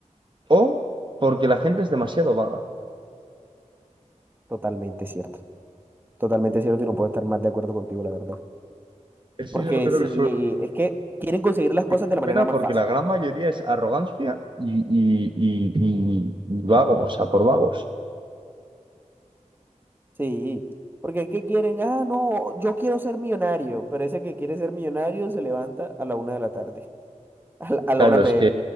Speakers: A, on the right (about 40°); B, on the right (about 15°).
A: O porque la gente es demasiado vaga.
B: Totalmente cierto. Totalmente cierto y no puedo estar más de acuerdo contigo, la verdad.
A: Eso
B: Porque
A: yo creo
B: si
A: que son
B: eh, es que quieren conseguir las
A: Es
B: cosas de la
A: una
B: manera
A: pena
B: más
A: porque
B: fácil.
A: la gran mayoría es arrogancia y, y, y, y- y vago, o sea, por vagos.
B: Sí, porque ¿qué quieren? Ah, no, yo quiero ser millonario, pero ese que quiere ser millonario se levanta a la una de la tarde, <laughs> a la, a la
A: Claro,
B: 1
A: es que
B: p.m.